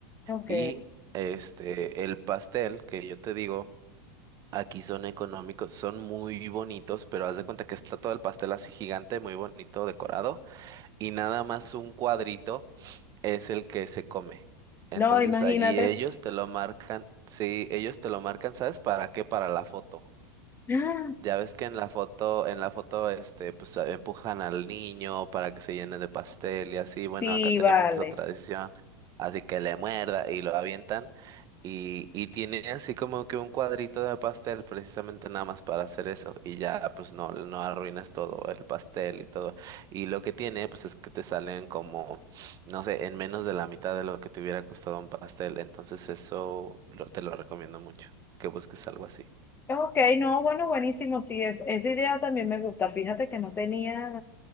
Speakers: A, on the left (about 20°); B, on the right (about 35°).
A: Ok.
B: Y este, el pastel que yo te digo. Aquí son económicos, son muy bonitos, pero haz de cuenta que está todo el pastel así gigante, muy bonito, decorado, y nada más un cuadrito es el que se come. Entonces
A: No, imagínate.
B: allí ellos te lo marcan, sí, ellos te lo marcan, ¿sabes para qué? Para la foto.
A: <gasps> ¡Ah!
B: Ya ves que en la foto, en la foto, este, pues a- empujan al niño para que se llene de pastel y así. Bueno,
A: Sí,
B: acá tenemos
A: vale.
B: esa tradición, así que le muerda y lo avientan y, y tiene así como que un cuadrito de pastel precisamente nada más para hacer eso y ya pues no, no arruinas todo el pastel y todo. Y lo que tiene pues es que te salen como, no sé, en menos de la mitad de lo que te hubiera costado un pastel. Entonces eso lo- te lo recomiendo mucho, que busques algo así.
A: Ok, no, bueno, buenísimo, sí, es, esa idea también me gusta. Fíjate que no tenía